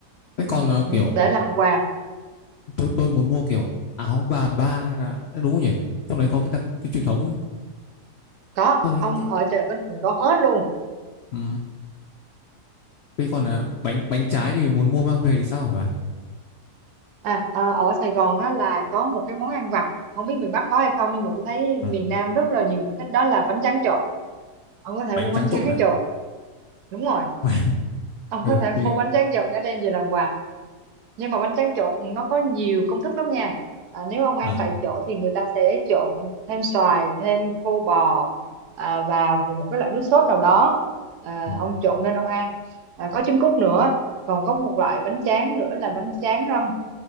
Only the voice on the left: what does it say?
thế còn ờ,
kiểu
tôi tôi muốn mua kiểu áo bà ba hay là à, đúng không nhỉ trong đấy có cái đặc cái truyền thống ấy.
tôi thấy
cái
ừ. thế còn là bánh bánh trái thì muốn mua mang về thì sao hả bà
ừ.
bánh
trắng
trộn à
<laughs>
ừ
thì
à
ừ.